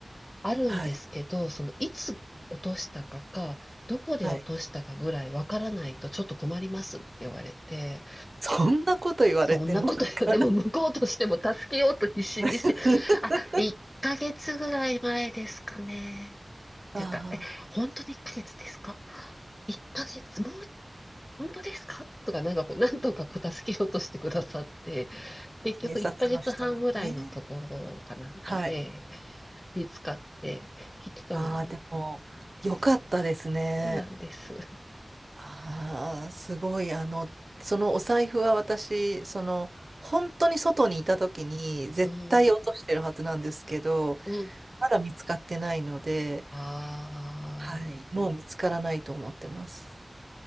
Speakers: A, on the left; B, on the right.
A: あるんですけど、
B: はい。
A: そのいつ落としたかか、どこで落としたかぐらいわからないとちょっと困りますって言われて、
B: はい。<laughs> そんなこと言われてもなんか
A: そんなことよ。でも向こうとしても助けようと必死にして、
B: <laughs>
A: あ、1ヶ月ぐらい前ですかね。って言ったら、
B: ああ、
A: え、本当に1ヶ月ですか ?1 ヶ月、もう、本当ですかとか、なんかこう、なんとかこう助けようとしてくださって、結局1ヶ月半ぐらいのところかなんかで
B: 警察の人がね。はい。
A: <laughs> 見つかって引き取りに行っ
B: ああ、でも、
A: たんです。
B: よかったですね。
A: そうなんです。
B: ああ、すごい。あの、そのお財布は私、その、本当に外にいた時に絶対落としてるはずなんですけど、
A: うん。うん。
B: まだ見つかってないので、
A: ああ。
B: はい。もう見つからないと思ってます。